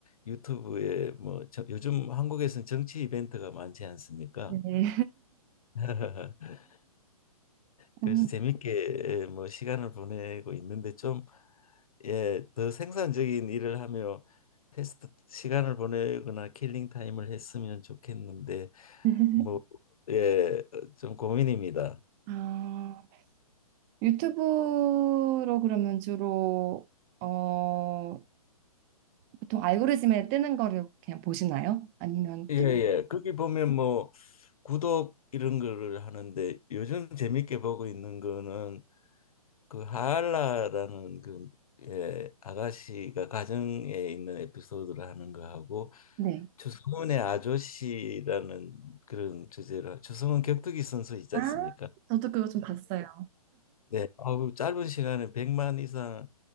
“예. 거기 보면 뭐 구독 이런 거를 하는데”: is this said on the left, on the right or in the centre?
Left